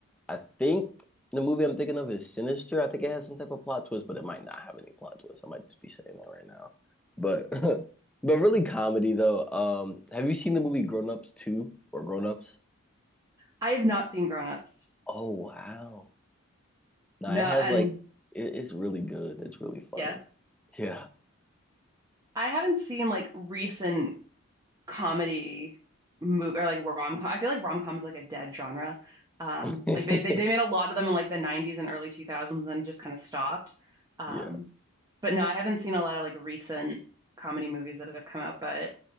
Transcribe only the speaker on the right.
I have not seen Grown Ups
no
and
yeah
I haven't seen like recent comedy movie or like rom-com. I feel like rom-com is like a dead genre. Um,
like they, they they made a lot of them in like the 90s and early 2000s and then it just kind of stopped. Um,
but no, I haven't seen a lot of like recent comedy movies that have come out, but